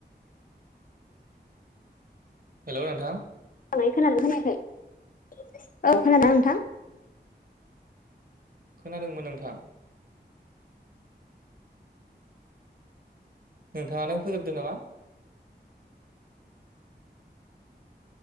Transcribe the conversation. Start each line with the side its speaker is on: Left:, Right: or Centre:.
Right: हेल' नोंथां।
Left: मोजाङै खोनादोंना खोनायाखै औ खोनादों खोनादोंना नोंथां?
Right: खोनादोंमोन नोंथां नोंथाङानो फोजोबदो नामा